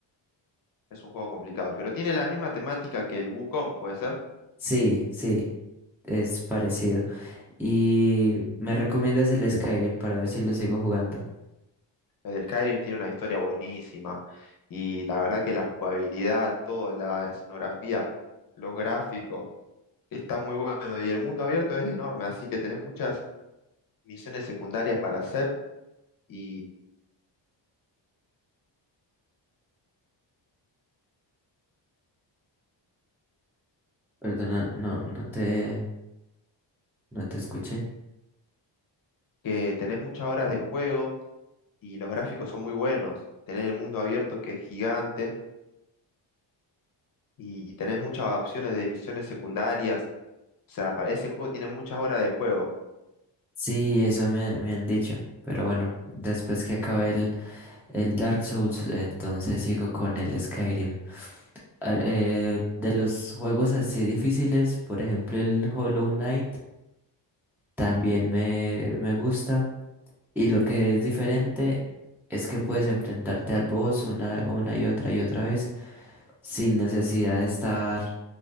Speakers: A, on the left; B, in the centre.
A: Es un juego complicado, pero tiene la misma temática que el Wukong, ¿puede ser?
B: Sí, sí, es parecido. Y me recomiendas el Skyrim para ver si lo sigo jugando.
A: El Skyrim tiene una historia buenísima y la verdad que la jugabilidad, toda la escenografía, los gráficos, está muy bueno y el mundo abierto es enorme, así que tenés muchas misiones secundarias para hacer y
B: Perdona, no, no te, no te escuché.
A: que tenés muchas horas de juego y los gráficos son muy buenos. Tenés el mundo abierto que es gigante y tenés muchas opciones de misiones secundarias. O sea, para ese juego tiene muchas horas de juego.
B: Sí, eso me, me han dicho. Pero bueno, después que acabe el, el Dark Souls, entonces sigo con el Skyrim. Ah, eh, de los juegos así difíciles, por ejemplo el Hollow Knight, también me, me gusta. Y lo que es diferente es que puedes enfrentarte al boss una, una y otra y otra vez sin necesidad de estar